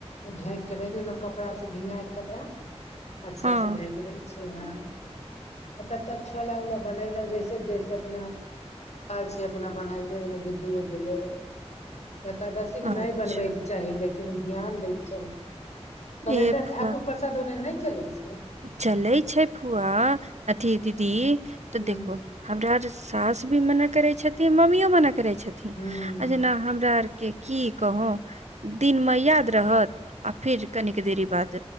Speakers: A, on the left; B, on the right.
A: झाएक के राख देलौं कपड़ा से भींगा के कपड़ा अच्छा
B: हँ
A: से झाएक दे ह तब तक छोला उला बनेलहुँ जैसे जैसे अपना खाय छी अपना बनाय ले गेलो दूधू गध देले गेल एकादशी नय
B: अच्छा
A: बनबैके चाही लेकिन ध्यान दैके चाही कलेंडर
B: ए फुआ
A: ठाकुर प्रसाद ओन्ने नय चलै छै
B: चलै छै फूआ अथी दीदी तऽ
A: हूँ
B: देखो हमरा जे सास भी मना करैत छथिन मम्मयो मन करैत छथिन
A: हूँ
B: आ जेना हमरा आर के की कहो दिन मे याद रहत आ फेर कनिक दे बाद